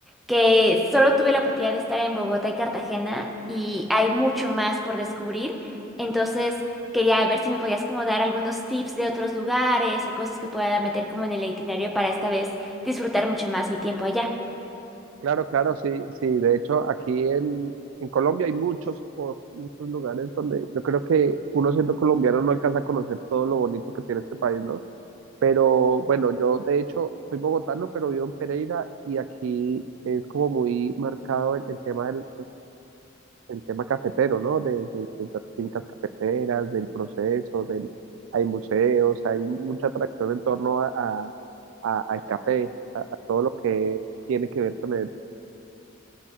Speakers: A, in the centre; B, on the right (about 80°).
A: que solo tuve la oportunidad de estar en Bogotá y Cartagena y hay mucho más por descubrir. Entonces quería ver si me podías como dar algunos tips de otros lugares o cosas que pueda meter como en el itinerario para esta vez disfrutar mucho más mi tiempo allá.
B: Claro, claro, sí, sí. De hecho, aquí en, en Colombia hay muchos, o muchos lugares donde yo creo que uno siendo colombiano no alcanza a conocer todo lo bonito que tiene este país, ¿no? Pero bueno, yo de hecho soy bogotano, pero vivo en Pereira y aquí es como muy marcado el, el tema del el tema cafetero, ¿no? De, de- de las fincas cafeteras, del proceso, del, hay museos, hay mucha atracción en torno a, a- a- al café, a, a todo lo que tiene que ver con él.